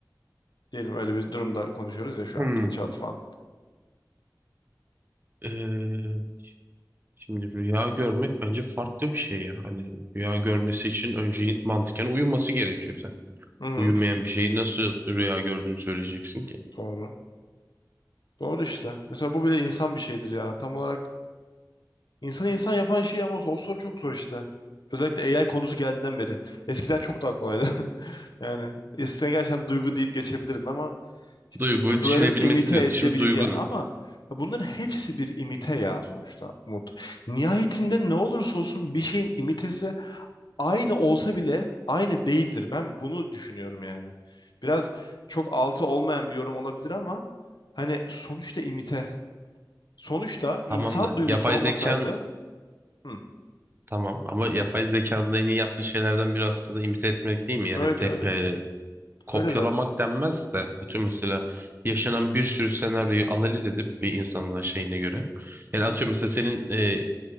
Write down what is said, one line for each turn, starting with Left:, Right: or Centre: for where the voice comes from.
Left: Diyelim öyle bir durumda konuşuyoruz ya şu
Right: Hmm.
Left: an bilinçaltı falan.
Right: e, şimdi rüya görmek bence farklı bir şey ya. Hani rüya görmesi için önce mantıken uyuması gerekiyor. Sen
Left: Hı hı.
Right: uyumayan bir şeyi nasıl rüya gördüğünü söyleyeceksin ki?
Left: Doğru. Doğru işte. Mesela bu bile insan bir şeydir ya. Tam olarak insanı insan yapan şey ama o soru çok zor işte. Özellikle AI konusu geldiğinden beri. Eskiden çok daha kolaydı. <laughs> Yani eskiden gerçekten duygu deyip geçebilirdin ama Şimdi
Right: Duyguyu
Left: duyguların
Right: düşünebilmesi
Left: imite
Right: diyordun.
Left: edilebileceği
Right: Şimdi duygu
Left: ama
Right: ne?
Left: ya bunların hepsi bir imite ya sonuçta Umut. Nihayetinde ne olursa olsun bir şeyin imitesi aynı olsa bile aynı değildir. Ben bunu düşünüyorum yani. Biraz çok altı olmayan bir yorum olabilir ama hani sonuçta imite. Sonuçta insan
Right: Tamam da
Left: duygusu
Right: yapay
Left: olmasaydı
Right: zekan
Left: hı,
Right: tamam ama yapay zekanın en iyi yaptığı şeylerden biri aslında imite etmek değil mi? Yani
Left: öyle
Right: tek,
Left: öyle.
Right: e, kopyalamak
Left: Öyle zaten.
Right: denmez de atıyorum mesela yaşanan bir sürü senaryoyu analiz edip bir insanın şeyine göre. Yani
Left: Hı
Right: atıyorum
Left: hı,
Right: mesela senin e,